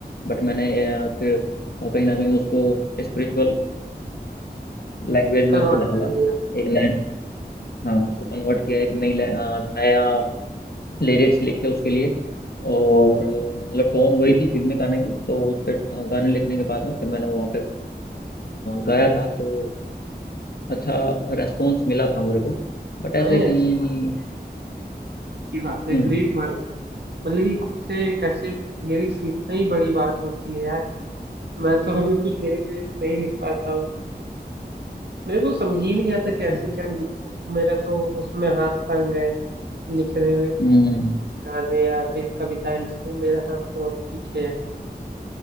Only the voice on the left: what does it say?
बट मैंने अ, फिर अ, कहीं ना कहीं उसको स्पिरिचुअल लैंग्वेज में उसको
ढाला
एक नया हाँ उसको कन्वर्ट किया एक नई लै- अ, नया लिरिक्स लिखे उसके लिए और अ, मतलब टोन वही थी फिल्मी गाने की तो उस पर गाने लिखने के बाद में फिर मैंने वहाँ पे अ, गाया था तो अच्छा रेस्पॉन्स मिला था मेरे को बट ऐसे
कहीं
हम्म
अच्छा
हम्म